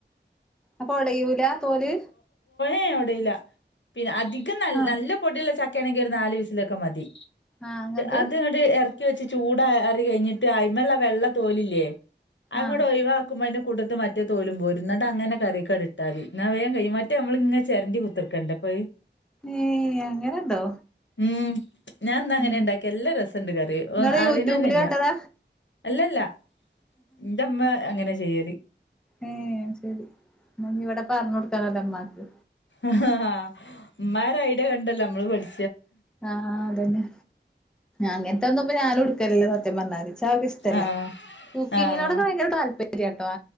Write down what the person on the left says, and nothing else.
ഏ ഒടീല പിന്നെ അധികം ന
നല്ല പൊടിള്ള ചക്ക ണെങ്കി ഒര് നാല് വിസിലൊക്കെ മതി
അത്ങ്ങട്ട് എർ ക്കിവെച്ച് ചൂടാറി കഴ്ഞ്ഞിട്ട് അയ്‌മെലെ വെള്ള തോലില്ലേ അങ്ങട്ട്
ഒയ് വാക്കുമ്പോ അ കൂട്ടത്ത് മറ്റേ തോലും പോരും ഇന്നട്ടങ്ങനെ കറീക്കട് ട്ടാതി എന്നാ വേകയ്യും മറ്റേ നമ്മള്ങ്ങ ചെര്ണ്ടി കുത്തർക്കണ്ടപ്പഅ്
ഉം ഞാന്നങ്ങനെണ്ടാക്യേ
അല്ലെ രസണ്ട് കറി
അറിണന്നെല്ല
അല്ലല്ല ഇന്റെമ്മ അങ്ങനെ ചെയ്യല്
ആഹ ഹാ ഇമ്മാരൈഡ്യ കണ്ടല്ലോ അമ്മള് പഠി
ആഹ്
ആഹ്